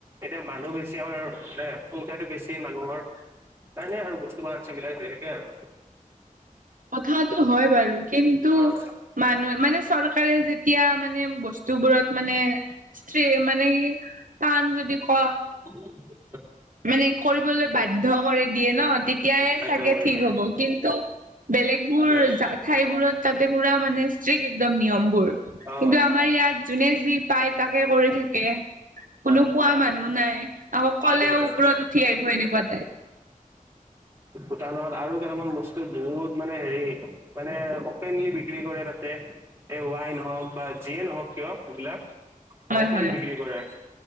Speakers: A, on the right; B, on the right.
A: এতিয়া মানুহ বেছি আমাৰ এ সংখ্যাটো বেছি মানুহৰ। তাৰ কাৰণে আৰু বস্তু বোৰ চিমমিলাইট হৈ থাকে আৰু।
B: কথাতটো হয়, বাৰু। কিন্তু
A: অ',
B: মানুহ মানে চৰকাৰে যেতিয়া মানে বস্তুবোৰত। মানে স্ত্ৰে মানে কি টান যদি। ক
A: <unintelligible>
B: মানে কৰিবলৈ বাধ্য কৰি দিয়ে ন তেতিয়
A: বাধ্য
B: চাগে
A: কৰি
B: ঠিক
A: দিয়ে
B: হ'ব, কিন্তু। বেলেগবোৰা
A: সেইটো
B: ঠাইবোৰত তাতে পোৰা মানে ষ্ট্ৰিক্ট একদম নিয়মবোৰ
A: অ',
B: কিন্তু আমাৰ ইয়াত জোনে যি পাই। তাকে কৰি থাকে কোনো
A: অ',
B: কোৱা মানুহ নাই আকৌ কলেও।
A: তাকেইটো।
B: ৰত উঠি আহিব এনেকুৱা টাইপ।
A: দোকানত আৰু কেইটামান বস্তু বহুত মানে হেৰি মানে অপেনলি বিক্ৰী কৰে তাতে। এই ৱাইন হওঁক বা জিয়ে নহওঁক কিয় এইবিলাক। টো
B: হয়
A: অপেন
B: হয়
A: বিক্ৰী কৰে,